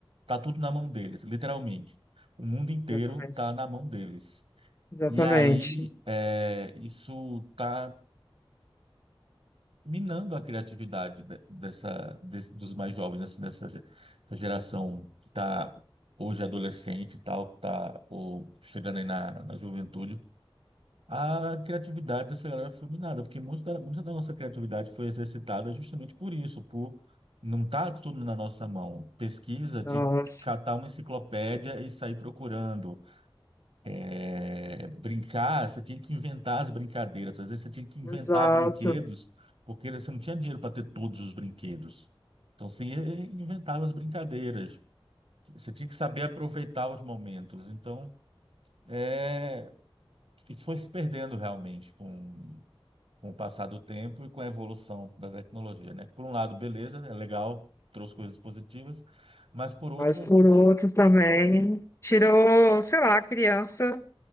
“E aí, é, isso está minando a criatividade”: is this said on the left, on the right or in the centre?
Right